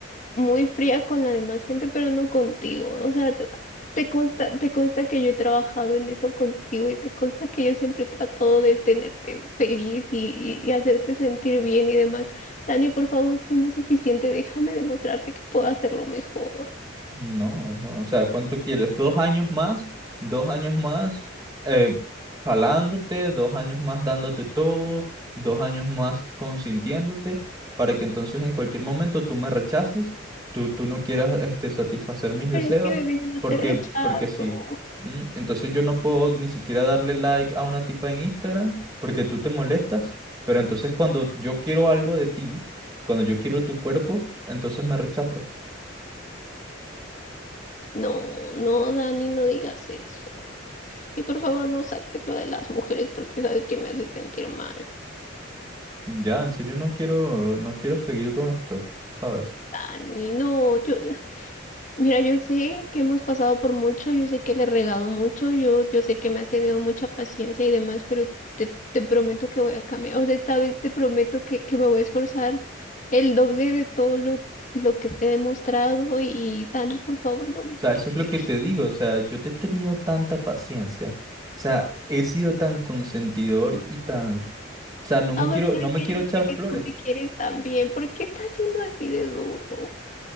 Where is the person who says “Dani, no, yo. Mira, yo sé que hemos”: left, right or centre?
Left